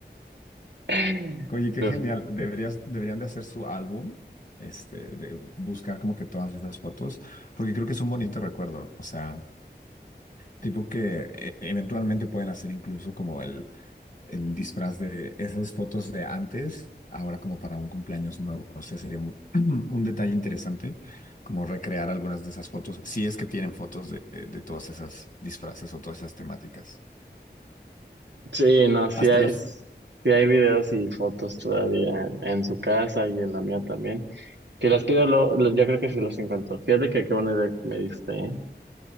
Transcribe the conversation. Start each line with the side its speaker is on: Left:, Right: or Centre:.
Right: <laughs>
Left: Oye, qué
Right: Uf.
Left: genial. Deberías, deberían de hacer su álbum, este, de buscar como que todas esas fotos, porque creo que es un bonito recuerdo. O sea, tipo que eh, eventualmente pueden hacer incluso como el el disfraz de esas fotos de antes, ahora como para un cumpleaños nuevo. No sé, sería un, <clears throat> un detalle interesante, como recrear algunas de esas fotos, si es que tienen fotos de, de, de todas esas disfraces o todas esas temáticas.
Right: Sí, no, sí
Left: Hasta
Right: hay,
Left: la...
Right: sí hay videos y fotos todavía en, en su casa y en la mía también. Si las pido, lo, lo- yo creo que sí las encuentro. Fíjate que qué buena idea que me diste, ¿eh?